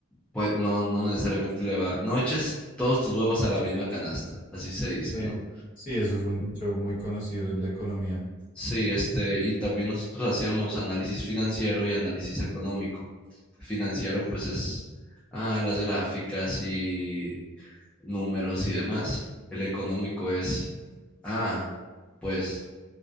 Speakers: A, in the centre; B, on the left (about 40°).
A: pues no, no necesariamente le va. No eches todos tus huevos a la misma canasta, así se dice,
B: Eh,
A: ¿no?
B: sí, eso es un dicho muy conocido en la economía.
A: Sí, este, y también nosotros hacíamos análisis financiero y análisis económico. Financiero, pues es ah, las gráficas y números y demás. El económico es, ah, pues